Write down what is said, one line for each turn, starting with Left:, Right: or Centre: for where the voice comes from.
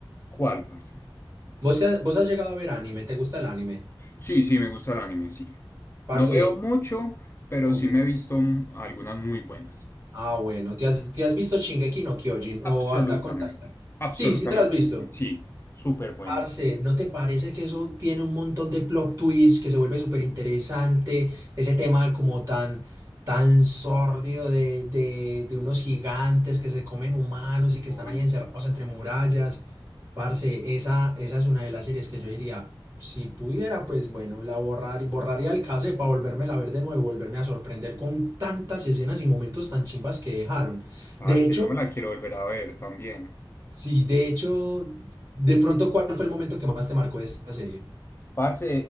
Left: ¿Cuál, parce?
Right: ¿Vos, te has, vos has llegado a ver anime? ¿Te gusta el anime?
Left: Sí, sí, me gusta el anime, sí.
Right: Parce,
Left: No veo mucho, pero
Right: ok.
Left: sí me he visto mm, algunas muy buenas.
Right: Ah, bueno, ¿te has, te has visto Shingeki no Kyojin
Left: Absolutamente,
Right: o Attack on Titan?
Left: absolutamente,
Right: Sí, sí te lo has visto.
Left: sí, súper buena.
Right: Parce, ¿no te parece que eso tiene un montón de plot twists que se vuelve súper interesante? Ese tema como tan, tan sórdido de, de, de unos gigantes que se comen humanos y que
Left: Uy,
Right: están ahí encerrados
Left: parce,
Right: entre murallas. Parce, esa, esa es una de las series que yo diría, si pudiera, pues bueno, la borrar y borraría el cassette para volverme a ver de nuevo, volverme a sorprender con tantas escenas y momentos tan chimbas que dejaron.
Left: parce,
Right: De hecho,
Left: yo me la quiero volver a ver también.
Right: sí, de hecho, de pronto, ¿cuál fue el momento que más te marcó de esa serie?
Left: Parce,